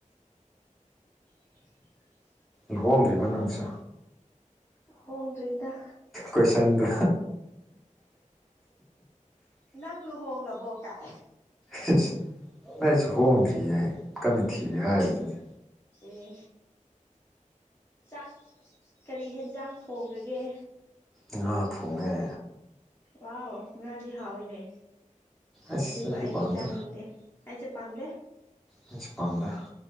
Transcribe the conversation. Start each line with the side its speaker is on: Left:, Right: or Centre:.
Left: <inaudible>
Centre: ꯂꯨꯍꯣꯡꯗ꯭ꯔꯤꯕ ꯅꯪꯁꯦ
Left: ꯍꯣꯡꯣꯡꯗꯣꯏꯗ
Centre: ꯀꯣꯏꯁꯟꯗ
Left: ꯅꯪꯅ ꯍꯣꯡꯂꯕꯣ ꯀꯥꯏ
Centre: ꯑꯦꯁ ꯅ ꯑꯩꯁꯨ ꯍꯣꯡꯗ꯭ꯔꯤꯌꯦꯦ ꯀꯟꯅ ꯊꯤꯒꯦ ꯍꯥꯏꯕꯗꯨꯗꯤ
Left: ꯑꯦ ꯆꯥꯛ ꯀꯔꯤ ꯍꯦꯟꯖꯥꯡ ꯊꯣꯡꯉꯒꯦ
Centre: ꯉꯥ ꯊꯣꯡꯉꯦ
Left: ꯋꯥ ꯉꯥꯗꯤ ꯍꯥꯎꯋꯏꯅꯦ
Centre: ꯑꯁ
Left: ꯑꯗꯨꯕꯨ ꯑꯩꯗꯤ
Centre: ꯄꯥꯝꯗꯦ
Left: ꯆꯥꯅꯤꯡꯗꯦ ꯍꯥꯏꯁꯦ ꯄꯝꯗꯦ
Centre: ꯃ ꯄꯝꯗ